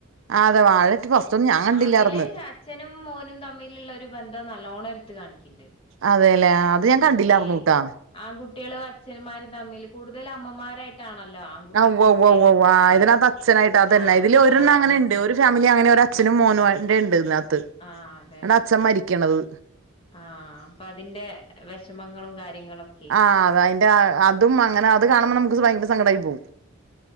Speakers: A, on the right; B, on the left.
A: ആ അതെ വാഴ ടു ഫസ്റ്റ് ഒന്നും ഞാൻ
B: ആ
A: കണ്ടില്ലാർന്ന്
B: അതില് അച്ഛനും മോനും തമ്മിലുള്ള ഒരു ബന്ധം നല്ലോണം എടുത്ത് കാണിക്ക്ണ്ട്
A: അതെല്ലെ അത് ഞാൻ
B: ഉം
A: കണ്ടില്ലറുന്നൂട്ടെ
B: ഏ ആൺകുട്ടികളും അച്ഛന്മാരും തമ്മിൽ കൂടുതല് അമ്മമാരായിട്ടാണല്ലോ ആൺകുട്ടികൾക്ക്
A: ഉവ്വ്
B: ഒരു
A: ഉവ്വ്
B: സ്നേഹം
A: ഉവ്വ്
B: കൂടുതല്
A: ആ ഇതിനകത് അച്ഛനായിട്ട് അതന്നെ
B: ആഹ്
A: ഇതില് ഒരെണ്ണം
B: ആഹ്
A: അങ്ങനെ
B: അന്നപ്പോ
A: ഇണ്ട് ഒരു ഫാ മിലി അങ്ങനെ ഒരു അച്ഛനും മോനും ഉണ്ട് ഇതിനകത്ത്
B: ആഹ് അതന്നെ
A: എണ്ട് അച്ഛൻ മരിക്കണത്
B: ആഹ് അപ്പൊ അതിന്റെ വിഷമങ്ങളും കാര്യങ്ങളൊക്കെ
A: ആഹ് അതെ അതിന്റെ അതും അങ്ങനെ അത് കാണുമ്പോ നമുക്ക് ഭയങ്കര സങ്കടമായി പോകും